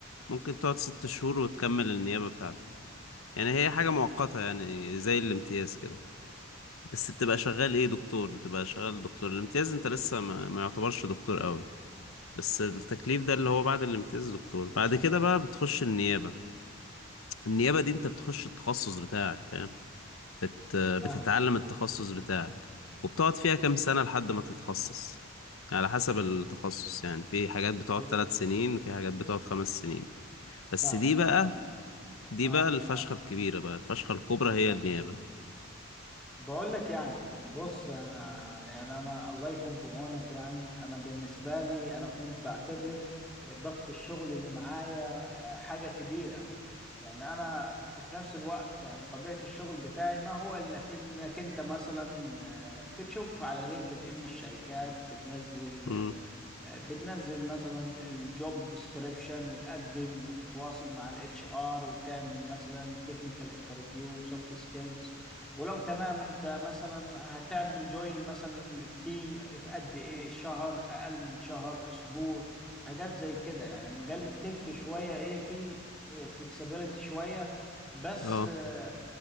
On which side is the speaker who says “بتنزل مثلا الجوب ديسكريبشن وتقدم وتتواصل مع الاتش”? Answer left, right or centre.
Centre